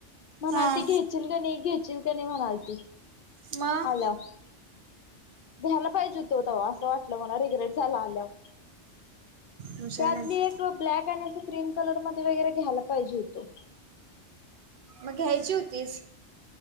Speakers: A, on the left; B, on the right.
A: म्हणाल
B: हा
A: ती घ्यायचील क नाही घ्यायशील क नाही म्हणाल ती.
B: म.
A: आल्यावर घ्यायला पाहिजे हो तव्हा असं वाटलं मला रिग्रेट झाला आल्यावर.
B: हुशार
A: त्यातली
B: आहेस
A: एक ब्लॅक आणि अस क्रीम कलर मध्ये वगैरे घ्यायला पाहिजे होतो.
B: मग घ्यायची होतीस.